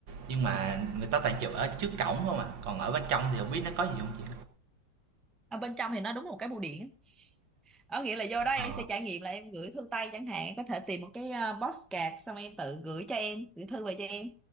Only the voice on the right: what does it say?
nhưng mà người ta toàn chụp ở trước cổng không à còn ở bên trong thì không biết nó có gì không chị?
Ờ.